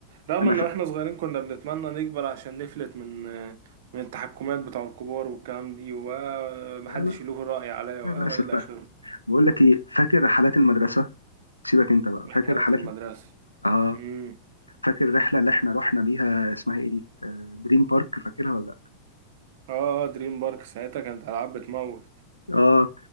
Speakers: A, on the right (about 55°); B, on the left (about 85°).
A: رغم
B: انا
A: ان
B: ف...
A: واحنا صغيرين كنا بنتمنى نكبر عشان نفلت من من التحكمات بتاع الكبار والكلام دي ومحدش
B: يا لا
A: يلوه الرأي عليا و-
B: للاسف
A: والى
B: بقى
A: اخره
B: بقول لك ايه فاكر رحلات المدرسه سيبك انت بقى
A: من
B: فاكر
A: حالات
B: رحلات
A: المدرسة
B: اه
A: امم
B: فاكر الرحله اللي احنا رحنا بيها اسمها ايه دي آه، دريم بارك فاكرها ولا لا
A: اه دريم بارك ساعتها كانت العاب بتموت
B: اه